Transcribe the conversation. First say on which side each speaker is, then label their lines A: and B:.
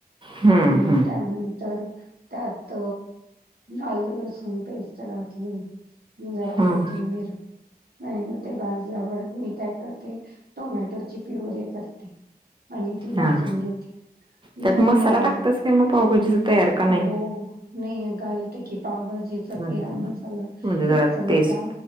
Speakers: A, on the right (about 30°); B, on the right (about 70°).
A: हम्म
B: मग
A: हम्म
B: त्यानंतर त्यात, आल लसूण पेस्ट घातली. जरा
A: हम्म
B: कोथिंबीर आणि ते भाजल्यावर मी काय करते टोमॅटोची प्युरे करते. आणि ती भाजून
A: हा
B: घेते.
A: त्यात
B: म
A: मसाला
B: पाव,
A: टाकतस काय मग पावभाजीचा तयार का
B: हो
A: नाही
B: नाही घालते की पावभाजीचा
A: घालतो
B: तयार
A: ना
B: मसाला.
A: म्हणजे जरा
B: एक चमचा
A: टेस्ट